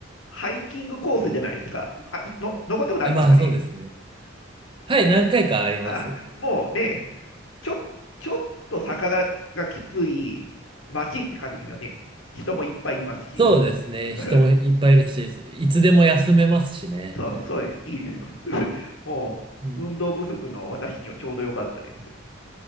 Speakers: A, on the left; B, on the right.
A: ハイキングコースじゃないですか。あ、いの、登ったことありますかね。
B: あ、まあそうですね。はい、何回かあります。
A: あ、もうね、ちょ、ちょっと坂ががきつい街って感じですよね。人もいっぱいいますし。
B: そうですね。
A: <laughs>
B: 人もいっぱいいるし、いつでも休めますしね。
A: そう、そうです。いいですよ。<laughs> もう、
B: うん。
A: 運動不足の私にはちょうど良かったです。